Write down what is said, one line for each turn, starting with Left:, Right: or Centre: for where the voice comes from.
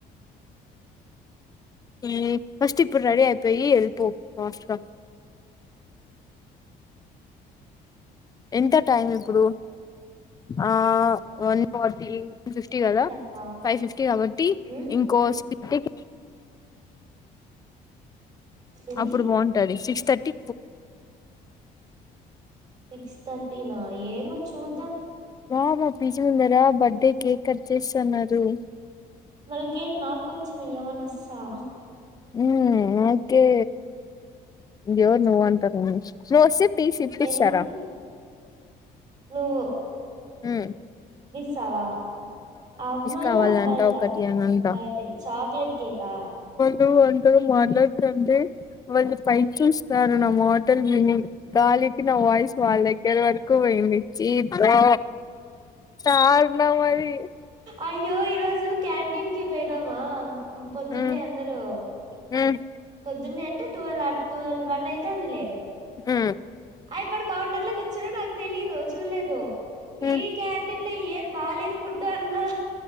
Left: మ్ ఫస్ట్ ఇప్పుడు రెడీ అయిపోయి వెళ్పో ఫస్గా ఎంత టైం ఇప్పుడు ఆ వన్ ఫార్టీ ఫిఫ్టీ కదా
Right: అక్క
Left: ఫైవ్ ఫిఫ్టీ కాబట్టి
Right: ఉమ్
Left: ఇంకో <unintelligible>
Right: ఎన్ని
Left: అప్పుడు బాగుంటది సిక్స్ థర్టీ
Right: సిక్స్ తర్టీ నా ఏమో చూద్దాం
Left: వా మా పీజ ముందరా బర్త్డే కేక్ కట్ చేస్తన్నారు
Right: మళ్ళ కేక్ నాకు కొంచం ఏమనిచ్చా
Left: ఉ ఓకే ఎవరు నువ్ అంటార నోసిప్ తీసి ఇప్ప ఇచ్చారా
Right: ఎందుకు నువ్వు
Left: హ్మ్
Right: సవా అమ్మాయిల్దా
Left: కావాలంట
Right: అబ్బాయిల్దా
Left: ఒకటి అనంట
Right: బర్డే చాక్లేెట్ కేకా
Left: నువ్ వాంతో మాట్లాడుతుంటే వాళ్ళు పైకి చూస్తారు నా మాటల్ విని గాలి కి నా వాయిస్ వాల్ దగ్గర వరకు పోయి <unintelligible> హలో తారుణ మరి
Right: అయ్యో ఈరోజు క్యాంటీన్కి పోయినామా పొద్దున్నే
Left: మ్మ్
Right: అందరు
Left: హ్మ్
Right: పొద్దున్నే అంటే ట్వల్ ట్వల్ వన్ అయితాందిలే
Left: మ్
Right: అయప్పడ కౌంటర్ లోకిచ్చినా నాకు తెలీయదు చూడ్లేదు.
Left: హ్మ్
Right: ఏ క్యాంటన్లేయి ఏ బాలేదు ఫుడ్ అన్నా